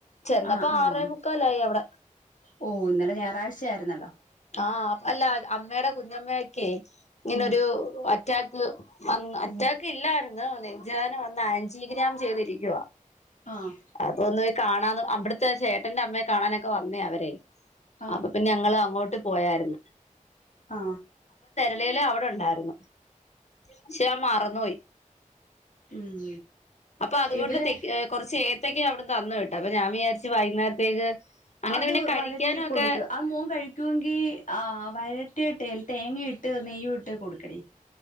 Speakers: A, on the left (about 55°); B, on the left (about 70°).
A: ചെന്നപ്പോ
B: ആഹ് ആഹ്
A: ആറേ മുക്കാലായി അവിടെ.
B: ഓ ഇന്നലെ ഞായറാഴ്ചയായിരുന്നല്ലോ
A: ആ, അല്ല അമ്മയുടെ കുഞ്ഞമ്മയൊക്കെ ഇങ്ങനെ
B: ഉം
A: ഒരു അറ്റാക്ക് വന്ന് അറ്റാക്ക്
B: ഓ
A: ഇല്ലായിരുന്നു, നെഞ്ച് വേദന വന്ന് ആഞ്ചിയോഗ്രാം ചെയ്തിരിക്കുവ.
B: ആഹ്
A: അതൊന്ന് കാണാന്, അവിടുത്തെ ചേട്ടന്റെ അമ്മയെ കാണാനൊക്കെ വന്നതാ അവര്.
B: ആഹ്
A: അപ്പൊ പിന്ന ഞങ്ങള് അങ്ങോട്ട് പോയാരുന്നു.
B: ആ
A: ഇന്നെലെ അവിടെ ഉണ്ടായിരുന്നു, പക്ഷേ ഞൻ മറന്നുപോയി.
B: ഉം
A: അപ്പൊ അതുകൊണ്ട്
B: ഇവിടെ
A: തേക്ക് കുറച്ചുഏത്തയ്ക്ക അവിടുന്ന് തന്ന് വിട്ടു, അപ്പൊ ഞാൻ വിചാരിച്ചു വൈകുന്നേരത്തേക്ക് അങ്ങനെ
B: അത്
A: പിന്നെ കഴിക്കാനും
B: വഴറ്റി കൊടുക്ക്,
A: ഒക്കെ
B: അത് മോൻ കഴിക്കുമെങ്കിൽ ആ വഴറ്റിയിട്ടേ തേങ്ങ ഇട്ട് ഇട്ട് നെയ്യ് ഇട്ട് കൊടുക്കടി.